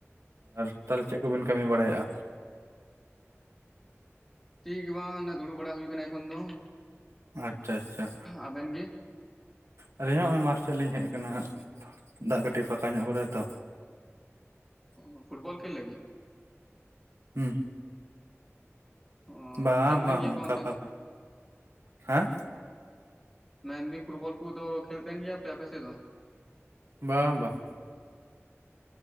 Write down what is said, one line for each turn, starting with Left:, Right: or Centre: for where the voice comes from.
Right: ᱟᱨ ᱛᱟᱦᱚᱞᱮ ᱪᱮᱜ ᱠᱚᱵᱤᱱ ᱠᱟᱹᱢᱤ ᱵᱟᱲᱟᱭᱮᱜᱼᱟ?
Centre: ᱪᱤᱜ ᱜᱮ ᱵᱟᱝ, ᱚᱱᱮ ᱫᱩᱲᱩᱵ ᱵᱟᱲᱟ ᱦᱩᱭ ᱠᱟᱱᱟ ᱮᱠᱷᱚᱱ ᱫᱚ᱾
Right: ᱟᱪᱪᱷᱟ, ᱟᱪᱪᱷᱟ!
Centre: ᱟᱵᱮᱱ ᱜᱮ
Right: ᱟᱹᱞᱤᱧ ᱦᱚᱸ ᱱᱚᱜᱼᱚᱭ ᱢᱟᱴ ᱥᱮᱜ ᱞᱤᱧ ᱦᱮᱡ ᱠᱟᱱᱟ ᱦᱟᱸᱜ ᱫᱟᱜ ᱠᱟᱹᱴᱤᱜ ᱮ ᱯᱷᱟᱠᱟ ᱧᱚᱜ ᱠᱟᱫᱟᱭ ᱛᱚ᱾ <unintelligible>
Centre: ᱚᱻ ᱯᱷᱩᱴᱵᱚᱞ ᱠᱷᱮᱞ ᱞᱟᱹᱜᱤᱫ?
Right: ᱦᱩᱸ!
Centre: ᱚ
Right: ᱵᱟᱝ
Centre: ᱠᱷᱮᱞ ᱛᱟᱦᱮᱱ
Right: ᱵᱟᱝ
Centre: ᱜᱮᱭᱟ
Right: ᱚᱝᱠᱟ
Centre: ᱯᱮ ᱚᱱᱛᱮ
Right: ᱯᱟᱠᱟ,
Centre: ᱫᱚ
Right: ᱦᱮᱸᱜ!
Centre: ᱢᱮᱱᱫᱤᱧ ᱯᱷᱩᱴᱵᱚᱞ ᱠᱩᱫᱚ ᱠᱷᱮᱞ ᱛᱟᱦᱮᱱ ᱜᱮᱭᱟᱯᱮ ᱟᱯᱮᱥᱮᱫ ᱫᱚ?
Right: ᱵᱟᱢ ᱰᱟ᱾